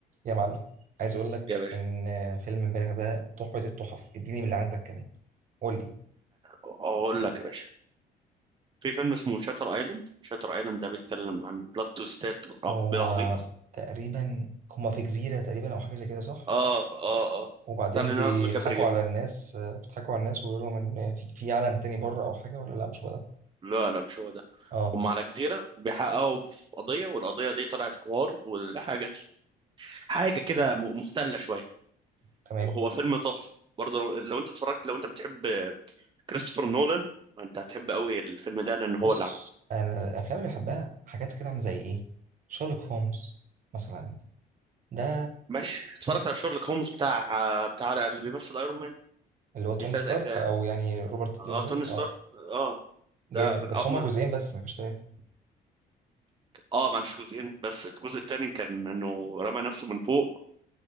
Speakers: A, on the right; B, on the right.
A: يا معلم عايز اقول لك
B: يا باشا
A: ان فيلم امبارح ده تحفة التحف اديني من اللي عندك كمان قول لي
B: اقول لك يا باشا في فيلم اسمه شاتر ايلاند شاتر ايلاند ده بيتكلم عن بلوت تويستات رب
A: هو
B: العبيط
A: تقريبا هما في جزيرة تقريبا او حاجة زي كده صح
B: اه اه اه
A: وبعدين
B: بتاع ليوناردو
A: بيضحكوا
B: كابريجا
A: على الناس بيضحكوا على الناس ويقولوا لهم ان في في عالم تاني بره او حاجة ولا لا مش هو ده
B: لا لا مش هو ده
A: اه
B: هم على جزيرة وبيحققوا في قضية والقضية دي طلعت حوار والحاجة دي حاجة كده م- مختلة شوية
A: تمام
B: وهو فيلم تحفة برضه لو, لو انت اتفرجت لو انت بتحب كريستوفر نولان انت هتحب قوي الفيلم ده لان هو
A: بص
B: اللي عامله
A: انا الافلام اللي بحبها حاجات كده عاملة زي ايه شارلوك هومز مثلا ده
B: ماشي اتفرجت على شيرلوك هومز بتاع بتاع اللي بيمثل ايرون مان
A: اللي هو توني
B: دي ثلاث
A: ستارك
B: اجزاء
A: او يعني روبرت
B: اه
A: دينيري
B: توني ستارك
A: اه
B: اه
A: جامد
B: ده من
A: بس
B: أو
A: هما
B: من
A: جزئين بس مفيش تلاتة
B: اه ما عنديش جزئين بس الجزء الثاني كان انه رمى نفسه من فوق